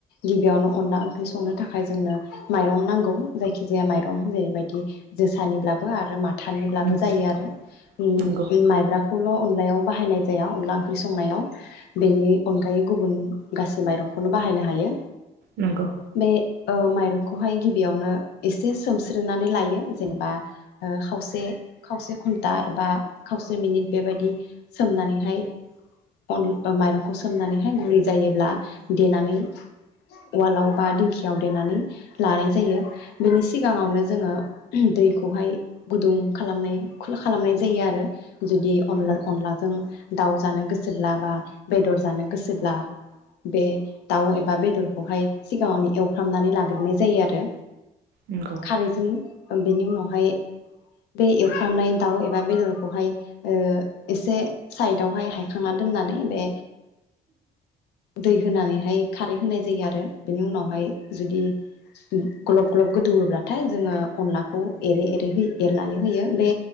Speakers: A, on the left; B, on the right.
A: गिबियावनो अनला ओंख्रि संनो थाखाय जोंनो माइरं नांगौ जायखि जाया माइरं जेरैबायदि जोसानिब्ला बो आरो माथ थानिब्लाबो
B: नंगौ
A: जायो आरो उम
B: नंगौ
A: माइब्राख खौल अनलायाव बाहायनाय जाया अनला ओंख्रि संनायाव बेनि अनगायै गुबुन गासै माइरंखौनो बाहायनो हायो
B: नंगौ
A: बे ओ माइरं बेखौहाय गिबियावनो एसे सोमस्रोनानै लायो जेनेबा ओ खावसे खावसे घन्टा एबा खावसे मिनिट बेबायदि सोमनानैहाय अन माइरंखौ सोमनानैहाय गुरै जायोब्ला देनानै उवालाव बा दिंखियाव देनानै लानाय जायो बेनि सिगाङावनो जोङो दैखौहाय गुदुं खालामनाय खालामनाय जायो आरो जुदि अनला
B: नंगौ
A: अनलाजों दाउ जानो गोसोब्ला बा बेदर जानो गोसोब्ला बे दाउ एबा बेदरखौहाय सिगाङावनो एवफ्रामनानै लाग्रोनाय जायो आरो
B: नंगौ
A: खारैजों ओम बेनि उनावहाय बे एवफ्रामनाय दाउ एबा बेदरखौहाय ओ एसे साइदआवहाय हायखांना दोननानै बे दै होनानैहाय खारै होनाय जायो आरो बेनि उनावहाय जुदि ग्लब ग्लब गोदौओब्लाथाय जोंङो अनलाखौ एरै एरै होयो। एरनानै होयो बे